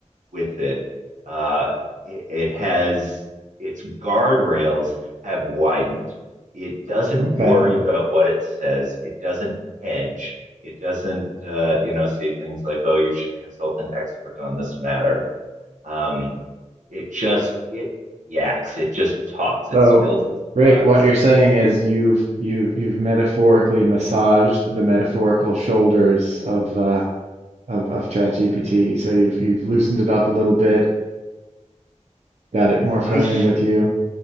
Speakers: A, on the right; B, on the right.
A: with it. Uh, it, it has its guardrails have widened. It doesn't
B: Okay.
A: worry about what it says. It doesn't hedge. It doesn't, uh, you know, say things like, "Oh, you should consult an expert on this matter." Um, it just it yaks. It just talks.
B: So,
A: It spills its
B: Rick,
A: guts.
B: what you're saying is you've you've you've metaphorically massaged the metaphorical shoulders of uh of of ChatGPT. So you've you've loosened it up a little bit, got it more friendly
A: I,
B: with you.